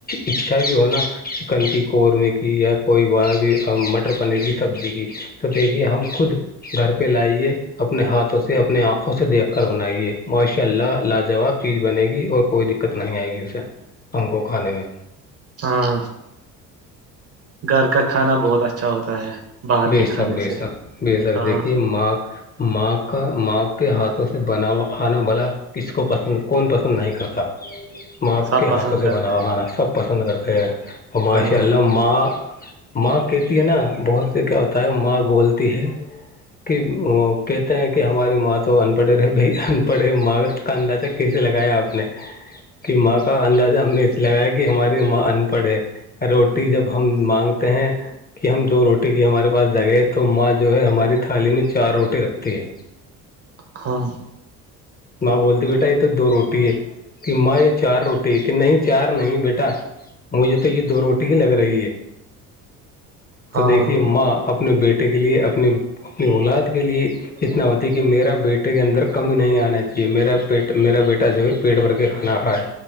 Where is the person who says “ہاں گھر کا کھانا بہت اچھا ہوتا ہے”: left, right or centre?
Right